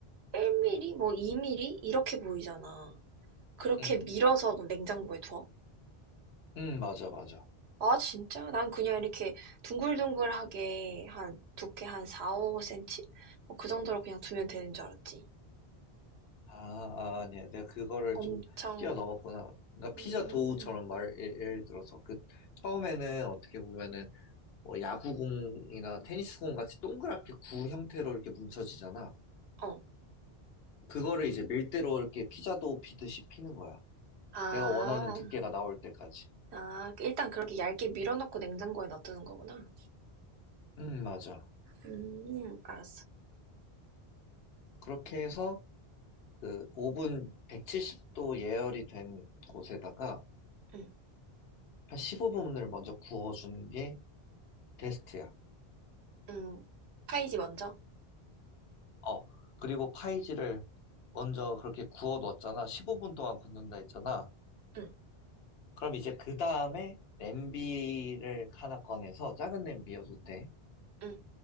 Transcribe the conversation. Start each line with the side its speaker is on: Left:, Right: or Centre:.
Right: 1mm? 뭐 2mm? 이렇게 보이잖아. 그렇게
Left: 응,
Right: 밀어서 냉장고에 둬?
Left: 응, 맞아, 맞아.
Right: 아, 진짜? 난 그냥 이렇게 둥글둥글하게 한, 두께 한 4, 5cm? 그 정도로 그냥 두면 되는 줄 알았지.
Left: 아, 아, 아니야. 내가 그거를
Right: 엄청,
Left: 좀 뛰어넘었구나. 그러니까
Right: 음,
Left: 피자 도우처럼 말, 예- 예를 들어서 그 처음에는 어떻게 보면은 뭐 야구공이나 테니스공 같이 동그랗게 구 형태로 이렇게 뭉쳐지잖아.
Right: 어.
Left: 그거를 이제 밀대로 이렇게 피자도 비듯이 피는 거야.
Right: 아,
Left: 내가 원하는 두께가 나올 때까지.
Right: 아, 일단 그렇게 얇게 밀어넣고 냉장고에 넣어두는 거구나.
Left: 음, 맞아.
Right: 음, 알았어.
Left: 그렇게 해서 그 오븐 170도 예열이 된 곳에다가
Right: 응,
Left: 한 15분을 먼저 구워주는 게 베스트야.
Right: 응. 파이지 먼저.
Left: 어, 그리고 파이지를 먼저 그렇게 구워 놓았잖아. 15분 동안 굽는다 했잖아.
Right: 응,
Left: 그럼 이제 그 다음에 냄비를 하나 꺼내서 작은 냄비여도 돼.
Right: 응,